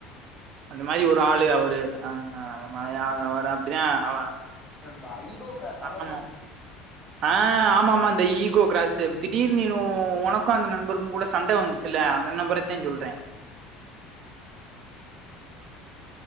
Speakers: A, on the right; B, on the left.
A: அந்த மாரி ஒரு ஆளு
B: ஆ
A: அவரு ஆ அந்த மாரி ஆளு அவரு அப்டிதா அவ
B: பா ஈ கோ கிராஸ் அவருதா
A: ஆமா ஆ ஆமா ஆமா இந்த ஈகோ கிராஸு திடீர்னு எதோ உனக்கு அந்த நண்பருக்குங் கூட சண்ட வந்துச்சுல்ல அந்த நண்பரத்தே சொல்றே